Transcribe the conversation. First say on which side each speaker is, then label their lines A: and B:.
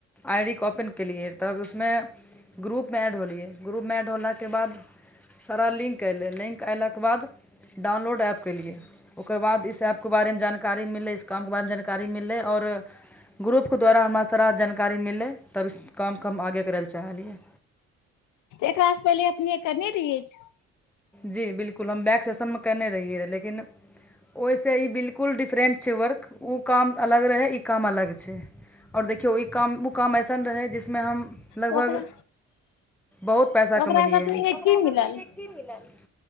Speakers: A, in the centre; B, on the left.
A: आई डीे ओपन केलियै तब उसमे ग्रुपमे एड होलियै ग्रुपमे एड होलाके बाद सारा लिंक अएलै लिंक अएलाके बाद ओकर बाद डाउनलोड ऐप केलियै ओकर बाद इस ऐपके बारेमे जानकारी मिललै कामके बारेमे जानकारी मिललै आओर ग्रुपके द्वारा हमरा सारा जानकारी मिललै तब कामके हम आगे करै लए चाहलियै
B: एकरास से पहिले अपने करने इछ
A: जी बिलकुल हम बैक सेशनमे कयने रहियै रहए लेकिन ओइसे ई बिल्कुल डिफरेन्ट छै वर्क उ काम अलग रहै ई काम अलग छै और देखियौ ई काम ओ काम ऐसन रहै जिसमें हम
B: तऽ
A: लगभग
B: ओकरा
A: बहुत पैसा
B: तऽ ओकरा
A: कमेलियै
B: से अपने
A: <unintelligible>
B: की मिलल